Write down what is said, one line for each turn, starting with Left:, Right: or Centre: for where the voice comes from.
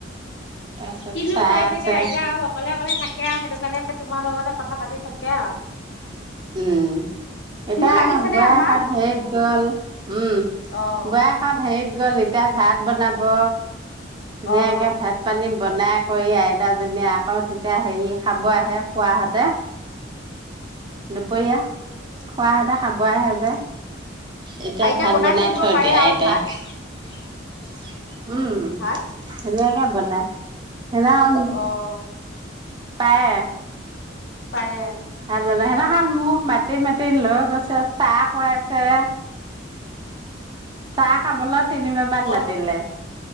Right: তাৰপিছত
Left: কিনো
Right: চাই
Left: কৰি
Right: আছে
Left: থাকে আইতা আও অকলে অকলে থাকে আও সেইটোকাৰণে তোমাৰ লগতে কথা পাতি থাকে আও
Right: উম, এতিয়া
Left: লাগিছেনে
Right: বোৱাৰীয়েকহঁত
Left: আমাৰ
Right: হেৰিত গ'ল, উম,
Left: অ',
Right: বোৱাৰীয়েকহঁত হেৰিত গ'ল, এতিয়া ভাত বনাব ধুনীয়াকে
Left: অ', অ',
Right: ভাত পানী বনাই কৰি আইতাজনীয়ে আকৌ তেতিয়া হেৰিয়ে খাব আহে খুৰাহঁতে, দুপৰীয়া। খুৱাহঁতে খাব আহে যে। এতিয়া
Left: আইতাই
Right: ভাত
Left: বনাই থৈ দিব পাৰে
Right: দিয়ে
Left: আৰু
Right: আইতাই
Left: ভাত।
Right: <inaudible> উম উম
Left: ভাত
Right: <unintelligible> বনাই <unintelligible>
Left: অ',
Right: পাৰে?
Left: পাৰে।
Right: ভাত বনাই, সেইদিনাখন মোক মাতি মাতি লৈ গৈছে, চাহ খুৱাইছে। চাহ খাবলৈ তিনিবাৰ মান
Left: অ',
Right: মাতিলে।